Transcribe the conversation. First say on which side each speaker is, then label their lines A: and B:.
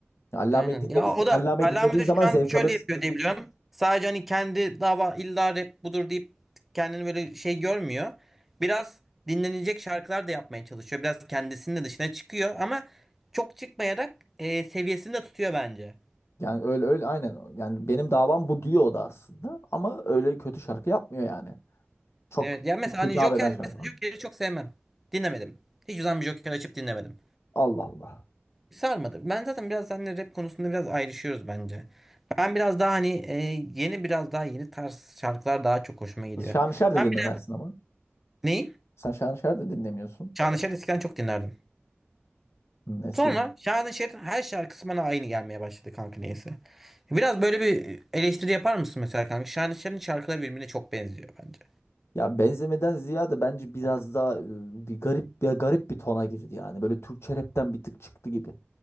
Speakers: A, on the left; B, in the centre.
A: Ya Allame'yi
B: Aynen.
A: dinlediği,
B: Ya o da
A: Allame'yi
B: Allame
A: dinlediği
B: de
A: zaman
B: şu
A: zevk
B: an şöyle
A: alır.
B: yapıyor diye biliyorum. Sadece hani kendi dava illa rap budur deyip kendini böyle şey görmüyor. Biraz dinlenecek şarkılar da yapmaya çalışıyor. Biraz kendisinin de dışına çıkıyor ama çok çıkmayarak e, seviyesini de tutuyor bence.
A: Yani öyle öyle aynen. Yani benim davam bu diyor o da aslında. Ama öyle kötü şarkı yapmıyor yani. Çok
B: Evet. Ya mesela
A: hit-
B: hani
A: hitap
B: Joker,
A: eden şarkı.
B: mesela Joker'i çok sevmem. Dinlemedim. Hiç zaman bir Joker açıp dinlemedim.
A: Allah Allah.
B: Sarmadı. Ben zaten biraz seninle rap konusunda biraz ayrışıyoruz bence. Ben biraz daha hani e, yeni biraz daha yeni tarz şarkılar daha çok hoşuma gidiyor.
A: Şanışer de
B: Ben
A: dinlemezsin
B: bir de
A: ama.
B: Neyi?
A: Sen Şanışer de dinlemiyorsun.
B: Şanışer eskiden çok dinlerdim.
A: Hı, eskiden.
B: Sonra Şanışer'in her şarkısı bana aynı gelmeye başladı kanka neyse. Biraz böyle bir eleştiri yapar mısın mesela kanka? Şanışer'in şarkıları birbirine çok benziyor bence.
A: Ya benzemeden ziyade bence biraz daha e, bir garip bir garip bir tona girdi yani. Böyle Türkçe rapten bir tık çıktı gibi